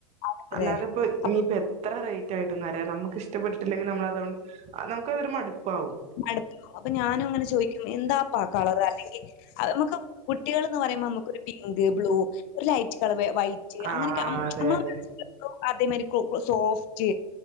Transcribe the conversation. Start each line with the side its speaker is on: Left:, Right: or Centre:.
Left: അതെ
Right: അല്ലാതെപ്പോ
Left: അപ്പൊ
Right: ഇനിയിപ്പോ എത്ര റേറ്റ് ആയിട്ടും കാര്യല്ല നമു നമുക്കിഷ്ടപ്പെട്ടിട്ടില്ലെങ്കി നമ്മളതോ നമുക്കൊരു മടുപ്പാവും.
Left: അടുത്തും അപ്പൊ ഞാനും ഇങ്ങനെ ചോദിക്കും എന്താ കളർ അല്ലെങ്കിൽ അ നമുക്ക് കുട്ടികൾ എന്ന് പറയുമ്പോ നമുക്ക്ൊ ഒരു പിങ്ക് ബ്ലൂ ഒരു ലൈറ്റ് കളർ വൈറ്റ് ചെയ
Right: ആഹ്
Left: അങ്ങനൊക്കെമ്മ
Right: അതെ അതെ
Left: അതേമാതിരി സോഫ്റ്റ്